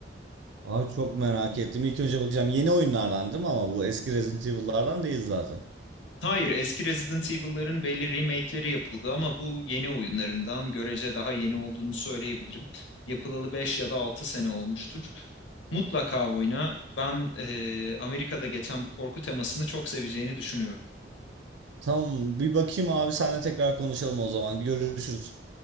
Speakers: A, on the right; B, on the left.
A: Abi çok merak ettim. İlk önce bakacağım. Yeni oyunlardan değil mi ama bu eski Resident Evil'lardan değil zaten.
B: Hayır, eski Resident Evil'ların belli remake'leri yapıldı ama bu yeni oyunlarından görece daha yeni olduğunu söyleyebilirim. Yapılalı 5 ya da 6 sene olmuştur. Mutlaka oyna. Ben eee, Amerika'da geçen bu korku temasını çok seveceğini düşünüyorum.
A: Tamam bir bakayım abi seninle tekrar konuşalım o zaman. Görüşürüz.